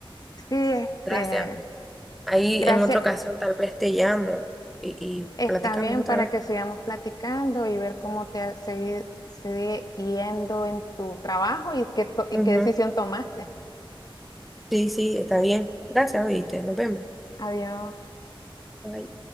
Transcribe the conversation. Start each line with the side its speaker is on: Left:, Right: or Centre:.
Left: Sí, este,
Centre: Gracias. Ahí
Left: gracias.
Centre: en otra ocasión tal vez te llamo y, y
Left: Está
Centre: platicamos
Left: bien
Centre: otra
Left: para
Centre: vez.
Left: que sigamos platicando y ver cómo te ha- sigue, sigue yendo en tu trabajo y qué, to- y
Centre: Ujú.
Left: qué decisión tomaste.
Centre: Sí, sí, está bien. Gracias, oíste. Nos vemos.
Left: Adiós.
Centre: Bye.